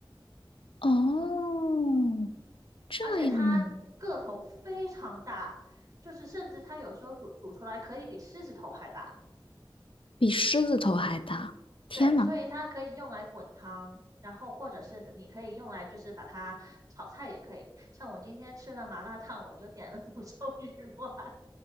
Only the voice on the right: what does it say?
而且它个头非常大，就是甚至它有时候煮煮出来可以比狮子头还大。
对，所以它可以用来滚汤，然后或者是你可以用来就是把它炒菜也可以。像我今天吃了麻辣烫，我就点了 <laughs> 福寿鱼丸，